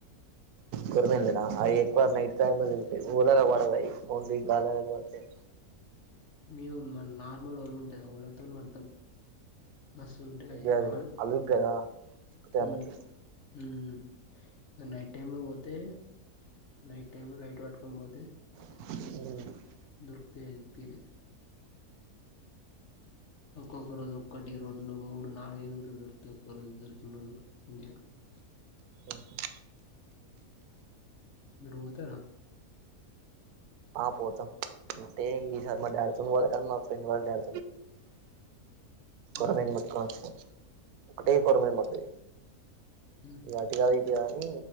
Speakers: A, on the right; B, on the left.
A: కొర్రమీన అయ్యి ఎక్కువ నైట్ టైమ్ ల తిరుగుతాయి వలకు పడవయ్యి ఓన్లీ గళలకు పడుతాయి
B: మేము మ నార్మల్ వళ ఉంటది ఆ వలతోని పడుతాం మసుంటయి అవి
A: ఇగ అది
B: వాల్
A: అలుగు కదా చిక్కుతాయి అన్నట్టు
B: మ్ మ్ ఇక నైట్ టైమ్ లో పోతే నైట్ టై లో లైట్ పట్టుకొని పోతే
A: అ
B: దొరుకుతాయి ఐదు పీరే ఒక్కొక్క రోజు ఒక్కటి రెండు మూడు నాలుగు ఎదుగుత దొరిత ఒక్క రోజు దొరికిన రోజు మంచిగా
A: ఓహో
B: మీరు ఓతరా
A: ఆ పోతాం అయితే ఈసారి మా డాడ్ తో పోలె కాన్ వాళ కొరమ
B: ఊహు
A: <unintelligible> ఒకటే
B: ఊహు
A: కొరమీన్లు మత్ర
B: ఊహు
A: ఇ అటు కాదు ఇది కాని